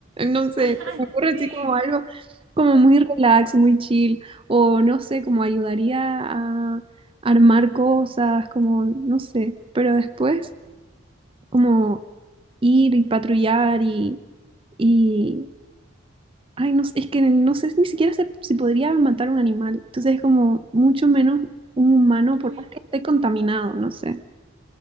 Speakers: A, on the right; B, on the right.
A: No sé,
B: <laughs>
A: se me ocurre
B: Sí.
A: así como algo como muy relax, muy chill. O no sé, como ayudaría a armar cosas, como, no sé. Pero después, como ir y patrullar y, y... Ay, no sé, es que no sé ni siquiera se- si podría matar un animal. Entonces es como mucho menos un humano,
B: Uy.
A: por más que esté contaminado, no sé.